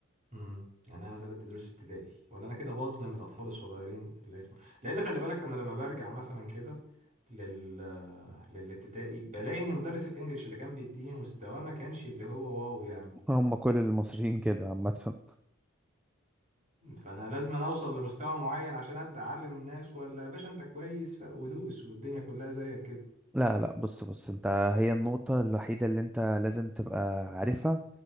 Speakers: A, on the right (about 35°); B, in the centre.
A: امم يعني انا مثلا ادي دروس ابتدائي ولا انا كده بظلم الاطفال الصغيرين اللي اسمه لان خلي بالك انا لما برجع مثلا كده لل للابتدائي بلاقي ان مدرس الانجليش اللي كان بيديني مستواه ما كانش اللي هو واو يعني
B: هم كل المصريين كده عامة
A: فانا لازم أنا اوصل لمستوى معين عشان ابدا اعلم الناس ولا يا باشا انت كويس ف- ودوس والدنيا كلها زيك كده
B: لا لا بص بص انت هي النقطة الوحيدة اللي انت لازم تبقى عارفها